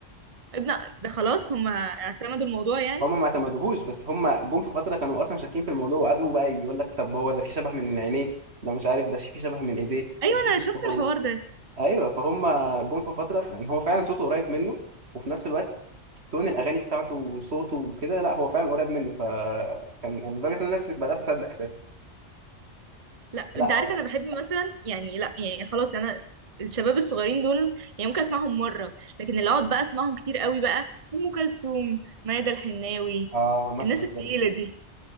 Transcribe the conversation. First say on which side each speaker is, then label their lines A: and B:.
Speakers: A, on the right (about 35°); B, on the right (about 65°).
A: ابن ده خلاص هم اعتمدوا الموضوع يعني
B: هم ما اعتمدوهوش بس هم جم في فتره كانوا اصلا شاكين في الموضوع وقعدوا بقى يقول لك طب هو ده في شبه من عينيه ده مش عارف ده في شبه من ايديه
A: ايوه انا شفت
B: <laughs>
A: الحوار ده
B: ايوه فهم جم في فتره ف- ان هو فعلا صوته قريب منه وفي نفس الوقت تون الاغاني بتاعته وصوته وكده لا هو فعلا قريب منه فكان لدرجه ان انا نفسي بدات اصدق اساسا
A: لا
B: لا
A: انت عارف
B: هو
A: انا بحب مثلا يعني لا يعني خلاص انا الشباب الصغيرين دول يعني ممكن اسمعهم مره لكن اللي اقعد بقى اسمعهم كتير قوي بقى ام كلثوم ميادة الحناوي
B: اه مثلا
A: الناس
B: برضه
A: التقيله دي